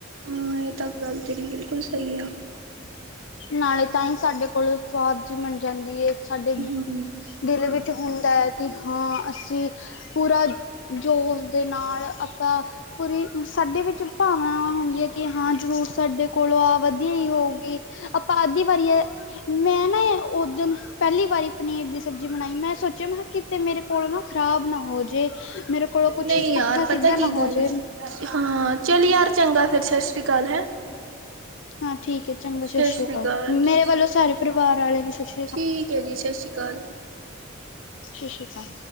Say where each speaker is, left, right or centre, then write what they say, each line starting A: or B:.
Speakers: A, on the right; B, on the left.
A: ਹਾਂ ਏ ਤਾਂ ਗੱਲ ਤੇਰੀ ਬਿਲਕੁਲ ਸਈ ਆ।
B: ਨਾਲੇ ਤਾਂਈ ਸਾਡੇ ਕੋਲੋ ਸੁਆਦ ਜੀ ਬਨ ਜਾਂਦੀ ਏ। ਸਾਡੇ
A: ਹੂੰ
B: ਦਿਲ ਵਿੱਚ ਹੁੰਦਾ ਐ ਕਿ ਹਾਂ ਅਸੀਂ ਪੂਰਾ ਜੋਸ਼ ਦੇ ਨਾਲ ਆਪਾਂ ਪੂਰੀ ਸਾਡੇ ਵਿੱਚ ਭਾਵਨਾਵਾਂ ਹੁੰਦੀਆਂ ਐ। ਕਿ ਹਾਂ ਜ਼ਰੂਰ ਸਾਡੇ ਕੋਲੋਂ ਐ ਵਧੀਆ ਈ ਹੋਊਗੀ ਆਪਾਂ ਅੱਦੀ ਵਾਰੀ ਐ। ਮੈਂ ਨਾ ਏ ਓਦਨ ਪੈਲੀ ਵਾਰੀ ਪਨੀਰ ਦੀ ਸਬਜ਼ੀ ਬਣਾਈ, ਮੈਂ ਸੋਚਿਆ ਮਹਾਂ ਕਿਤੇ ਮੇਰੇ ਕੋਲੋ ਖਰਾਬ ਨਾ ਹੋ ਜੇ। ਮੇਰੇ ਕੋਲੋਂ ਕੁਛ
A: ਨਈ ਯਾਰ
B: ਪੁੱਠਾ
A: ਪਤਾ
B: ਸਿੱਧਾ ਨਾ
A: ਕੀ
B: ਹੋ
A: ਗੱਲ
B: ਜੇ
A: ਹਾਂ ਚੱਲ ਯਾਰ ਚੰਗਾ ਫੇਰ ਸਸ ਰੀ ਕਾਲ ਹੈਂ।
B: ਹਾਂ ਠੀਕ ਐ ਚੰਗਾ
A: ਸਤਿ
B: ਸਸ਼ ਰੀ
A: ਸ੍ਰੀ
B: ਕਾਲ,
A: ਅਕਾਲ ਸਤਿ
B: ਮੇਰੇ
A: ਸ਼੍ਰੀ
B: ਵੱਲੋਂ
A: ਅਕਾਲ
B: ਸਾਰੇ ਪਰਿਵਾਰ ਵਾਲਿਆਂ ਨੂੰ ਸਸ਼ੀ
A: ਠੀਕ ਐ ਜੀ ਸਸ਼ੀ ਕਾਲ।
B: ਸਸ਼ੀ ਕਾਲ।